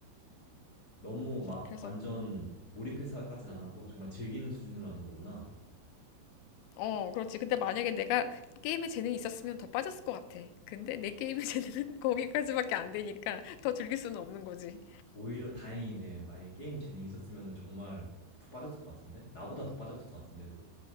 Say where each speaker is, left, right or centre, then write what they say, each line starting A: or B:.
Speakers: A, on the left; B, on the left.
A: 너무 막
B: 그래서
A: 완전 몰입해서까진 안 하고 정말 즐기는 수준으로 하는 거구나.
B: 어 그렇지. 근데 만약에 내가 게임에 재능이 있었으면 더 빠졌을 것 같아. 근데 내 게임의 <laughs> 재능은 거기까지밖에 안 되니까 더 즐길 수는 없는 거지.
A: 오히려 다행이네. 만약에 게임 재능이 있었으면 정말 푹 빠졌을 것 같은데? 나보다 더 빠졌을 것 같은데도.